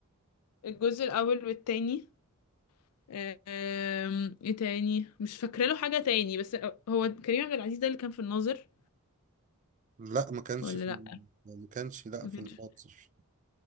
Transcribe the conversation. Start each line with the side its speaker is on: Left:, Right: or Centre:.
Left: الجزء الاول والتاني آه آم، ايه تاني مش فاكره له حاجه تاني بس هو كريم عبد العزيز ده اللي كان في الناظر
Right: لا ما كانش
Left: ولا
Right: في
Left: لا
Right: ما كانش لا
Left: ما
Right: في
Left: كانش
Right: الناظر